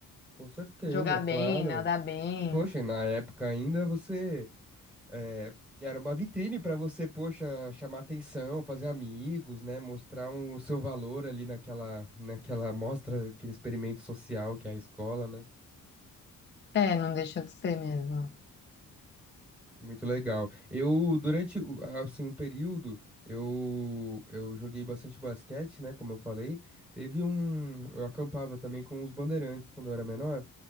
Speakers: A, in the centre; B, on the left (about 30°).
A: Com certeza,
B: Jogar
A: claro.
B: bem, nadar bem.
A: Poxa, e na época ainda você. É, era uma vitrine para você, poxa, chamar atenção, fazer amigos, né? Mostrar um- o seu valor ali naquela, naquela mostra, aquele experimento social que é a escola, né?
B: É, não deixa de ser mesmo.
A: Muito legal. Eu, durante, o- assim, um período, eu, eu joguei bastante basquete, né, como eu falei. Teve um, eu acampava também com os bandeirantes quando eu era menor.